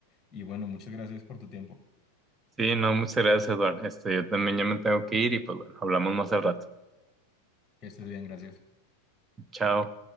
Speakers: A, on the left (about 20°); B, on the right (about 15°).
A: Y bueno, muchas gracias por tu tiempo.
B: Sí, no, muchas gracias, Eduardo. Este, yo también ya me tengo que ir y pues bueno, hablamos más al rato.
A: Que estés bien, gracias.
B: Chao.